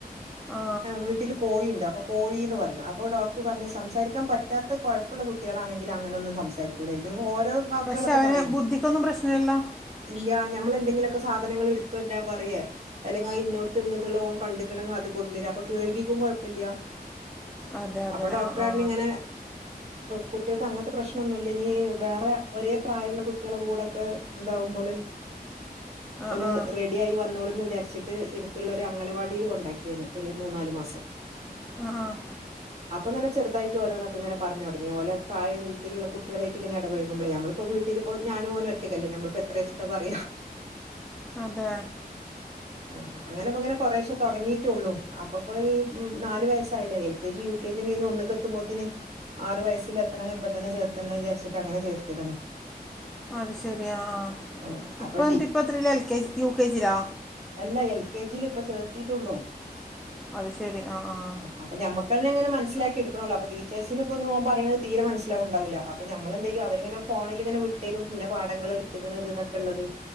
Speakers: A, in the centre; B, on the right (about 40°).
A: ആ
B: വീട്ടിൽ കോഴിയുണ്ട് അപ്പൊ കോഴിന്ന് പറയും അപ്പൊ ഡോക്ടർ പറഞ്ഞു സംസാരിക്കാൻ പറ്റാത്ത കുട്ടി അല്ല സംസാരിക്കാൻ പറ്റാത്ത കുട്ടികളാണെങ്കിൽ അങ്ങനൊന്നും സാരിക്കില്ല ഓരോ വാക്കുകളൊക്കെ
A: പക്ഷെ അവന്
B: പറയണ്ട്
A: ബുദ്ധിക്കൊന്നും പ്രശ്നമില്ലല്ലോ
B: ഇല്ല നമ്മൾ എന്തെങ്കിലും സാധനങ്ങൾ എടുത്തു കൊണ്ട് വരാൻ പറഞ്ഞാൽ അല്ലെങ്കിൽ ആഹ് ഇന്നോടത്തുണ്ടന്നുള്ള പോ കണ്ട കണെിൽ അത് കൊടുരാം അപ്പ കേൾവിക്കും കുഴപ്പമില്ല
A: അതെ അതെ
B: അപ്പൊ ഡോക്ടർാര
A: ആ ആ
B: ഇങ്ങനെ കുട്ടികൾക്ക് അങ്ങനത്തെ പ്രശ്നംന്നുമല്ല ഇനി വേറെ ഒരേ പ്രായമുള്ള കുട്ടികള കൂടെൊക്കെ എന്താവുമ്പോള്
A: ആ
B: ഒന്ന്
A: ആ
B: റെഡി ആായി വന്നോളൂന്ന് വിചാരിച്ചിട്ട് എടുത്തുള്ള ഒരു അംഗലവാടിൽ കൊണ്ടാക്കിയന് ഒരു മൂന്നാല് മാസം
A: ആഹ് ആഹ്
B: <inaudible> അപ്പൊ ഇങ്ങെ ചെറുതായിട്ട് ഓരോൊക്കെങ്ങനെ പറഞ്ഞ തുടങ്ങിഓല പ്രായത്തിലുള്ള കുട്ടികളായിട്ട് ഇങ്ങന ഇടപൊക്കുമ്പളേ നമ്മള് ഇപ്പ വീട്ടിൽ പോ ഞാനൻ പോകും ഒറ്റക്കല്ല ഞമ്മിപ്പോ എത്രയച്ചിട്ട പറയാുക
A: അതെ
B: ആ്ഹ് അങ്ങനെപ്പ ഇങ്ങനെ കൊറെേശെ തുടങ്ങിയിട്ടുള്ളൂ അപ്പപ്പയീ ന്നാല് വയസ്സായില്ലേ L K G, U K gym കയ്ഞ്ഞ് ഒന്ന്ക്കത്തുമ്പോത്തിന്. ആറ് വയസിൽ എത്തണെങ്കി ഇപ്പൊ തന്നെ ചേർത്തണ്ടേ വിചാരിച്ചീട്ട് അങ്ങനെ ചേർത്തിതാണ്.
A: അത് ശെരിയാ, ആഹ്
B: ഉം
A: ഇപ്പം
B: അപ്പൊ
A: ഇന്നിട്ട് ഇപ്പത്രേല L K G U K G ലാ?
B: അല്ലാഎൽ കെ ജിയില് ഇപ്പ ചേർത്തീട്ടൊള്ളൂ
A: അത് ശെരി ആഹ് ആഹ്
B: അപ്പ ഞമ്മക്കന്നെങ്ങനെ മൻസിലാക്ക്യട്ക്കണോള്ളു അപ്പ ടീച്ചേഴ്സിന്പ്പോന്നും ഓം പറനത് തീരെ മൻസിലാവ്ണ്ടാവൂല. അപ്പൊ ഞമ്മളെന്തെയ്യും അവരിങ്ങനെ ഫോണിലിങ്ങനെ വ്ട്ടരും ഇന്ന പാടങ്ങള്ട്ത്ത്ക്ക്ണത് ന്നക്കള്ളത്.